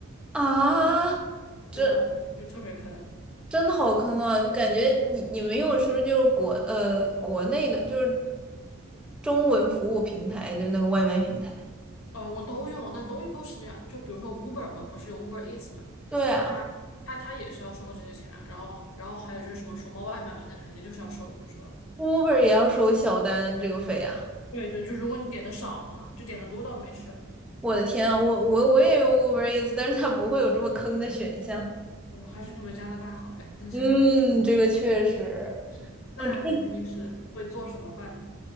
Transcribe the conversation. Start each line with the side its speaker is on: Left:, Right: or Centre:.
Centre: 啊，这
Left: 真的就就特别坑。
Centre: 真的好坑啊！就感觉你你们用的是不是就是国呃国内的，就是中文服务平台，就是那个外卖平台？
Left: 呃，我都用，那都都是这样。就比如说 Uber 嘛，不是有 Uber Eats 嘛，
Centre: 对啊。
Left: 他他他也是要收这些钱啊然后然后还有就是什么熊猫外卖嘛，那就肯定就是要收的，不说了。
Centre: Uber 也要收小单这个费啊！
Left: 对对，就如果你点的少的话，就点的多倒没事。
Centre: 我的天啊，我我我也用 Uber Eats，但是它不会有这么坑的选项。
Left: 我还是你们加拿大好呀，<laughs> 那就是
Centre: 嗯，这个确实。
Left: 是的。那你平时会做什么饭呢？
Centre: 嗯，这